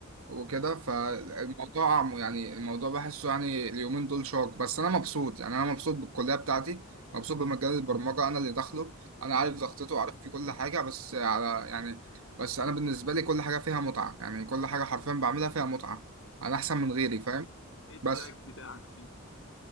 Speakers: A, on the right (about 70°); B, on the left (about 60°).
A: وكده فالموضوع
B: اه.
A: عم- يعني الموضوع بحسه يعني اليومين دول شاق بس انا مبسوط يعني انا مبسوط بالكليه بتاعتي مبسوط بمجال البرمجه انا اللي داخله انا عارف ضغطته وعارف في كل حاجه بس على يعني بس انا بالنسبه لي كل حاجه فيها متعه يعني كل حاجه حرفيا بعملها فيها متعه انا احسن من غيري فاهم
B: ايه التراك
A: بس
B: بتاعك فيه